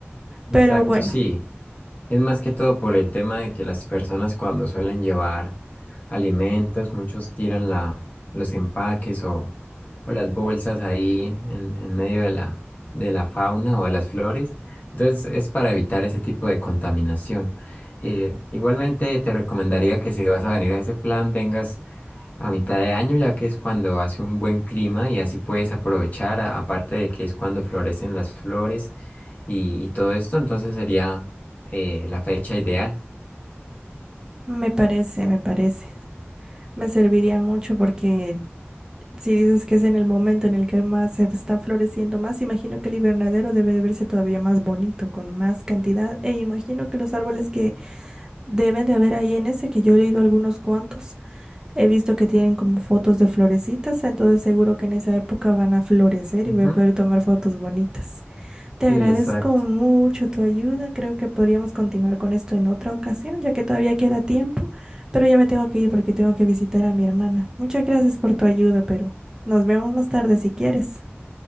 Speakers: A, on the left; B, on the right.
A: Exacto,
B: Pero bueno,
A: sí. Es más que todo por el tema de que las personas cuando suelen llevar alimentos, muchos tiran la, los empaques o, o las bolsas ahí en, en medio de la, de la fauna o de las flores. Entonces es para evitar ese tipo de contaminación. Eh, igualmente te recomendaría que si vas a venir a ese plan, vengas a mitad de año, ya que es cuando hace un buen clima y así puedes aprovechar, a- aparte de que es cuando florecen las flores y, y todo esto, entonces sería eh, la fecha ideal.
B: me parece, me parece. Me serviría mucho porque si dices que es en el momento en el que más se están floreciendo más, imagino que el invernadero debe de verse todavía más bonito, con más cantidad. E imagino que los árboles que deben de haber ahí en ese, que yo he leído algunos cuantos, He visto que tienen como fotos de florecitas, entonces seguro que en esa época van a florecer
A: Ujú,
B: y voy a poder tomar fotos bonitas. Te agradezco
A: Sí, exacto.
B: mucho tu ayuda. Creo que podríamos continuar con esto en otra ocasión, ya que todavía queda tiempo, pero ya me tengo que ir porque tengo que visitar a mi hermana. Muchas gracias por tu ayuda, pero nos vemos más tarde si quieres.